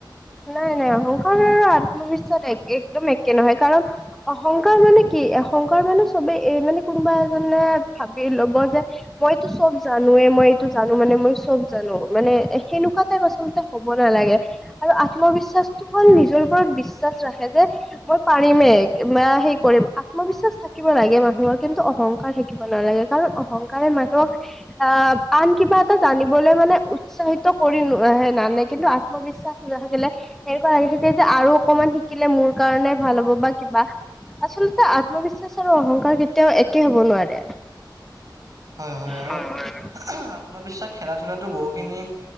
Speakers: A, in the centre; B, on the right.
A: নাই নাই অহংকাৰ মান আত্মবিশ্বাস একে একদম একে নহয় কাৰণ অহংকাৰ মানে কি অহংকাৰ মানে চবেই এই মানে কোনোবা এজনে ভাবি ল'ব যে মইটো চব জানোৱে মই এইটো জানো মানে মই চব জানো মানে সেনেকুৱা টাইপ আচলতে হ'ব নালাগে আৰু আত্মবিশ্বাসটো হ'ল নিজৰ ওপৰত বিশ্ব বিশ্বাস ৰাখে যে মই পাৰিমেই মা হেই কৰিম আত্মবিশ্বাস থাকিব লাগে মানুহৰ কিন্তু অহংকাৰ থাকিব নালাগে কাৰণ অহংকাৰে মানুহক আহ, আন কিবাত ত'জানিবলৈ মানে উৎসাহিত কৰি নানে কিন্তু আত্মবিশ্বাস <unintelligible> নাথাকিলে এনেকুৱা লাগি থাকে যে আৰু অকমান শিকিলে মোৰ কাৰণে ভাল হ'ব বা কিবা আচলতে আত্মবিশ্বাস আৰু অহংকাৰ কেতিয়াও একে হ'ব নোৱাৰে।
B: হয়-হয় আৰু
A: হয় হয়
B: আত্মবিশ্বাস খেলা ধূলাতো বহুখিনি